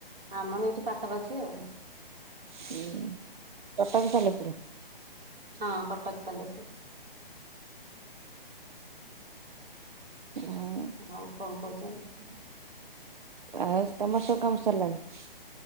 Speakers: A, on the right; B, on the right.
A: ଆମର ଏଇଠି ପାଖାପାଖି ଆଉ।
B: ହୁଁ କଟକ ସାଲେପୁର?
A: ହଁ କଟକ ସାଲେପୁର।
B: ଆଉ
A: ଆଉ କଁ କହୁଚନ୍ତି?
B: ଆସ୍ ତମର ତ କାମ ସରିଲାଣି?